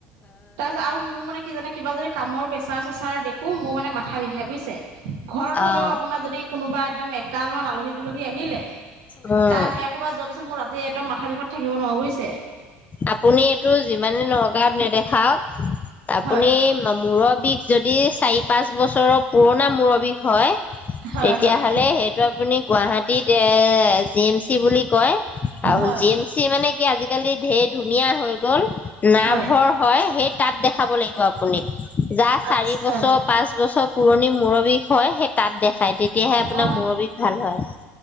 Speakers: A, on the right; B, on the left.
A: তাৰপিছত আৰু মোৰ মানে কি জানে কিবা যদি কামৰ প্ৰেছাৰ চেচাৰ দেখো মোৰ মানে মা। ঠা বিষাই বুজিছে ঘৰত হলেও
B: অ'
A: আপোনাৰ যদি কোনোবা একদম একাল মান আলহী ডুলহী আহিলে। তা
B: উম
A: সেইসোপা যোৱাৰ পিছত মোৰ ৰাতি একদম মাথা বিষত থাকিব নোৱাৰো বুজিছে।
B: আপুনি এইটো যিমানেই নগাঁৱত নেদেখাওঁক আপুনি।
A: হয়।
B: মূৰৰ বিষ যদি চাৰি পাঁচ বছৰৰ পুৰণা মূৰৰ বিষ হয়।
A: হয়
B: তেতিয়াহ'লে
A: হয়।
B: সেইটো আপুনি গুৱাহাটীত এ জি এম চি বুলি কয়। আৰু
A: হয়।
B: জি এম চি মানে কি আজিকালি ধে ধুনীয়া হৈ গ'ল। নাভ
A: হয়
B: ঘৰৰ হয়াই সেই তাত দেখাব লাগিব আপুনি। যা
A: আচ্ছা
B: চাৰি বছৰ পাঁচ বছৰ। পুৰণি মূৰৰ বিষ হয় সেই তাঁত দেখায় তেতিয়াহে আপোনাৰ
A: অ
B: মূৰৰ বিষ ভাল হয়।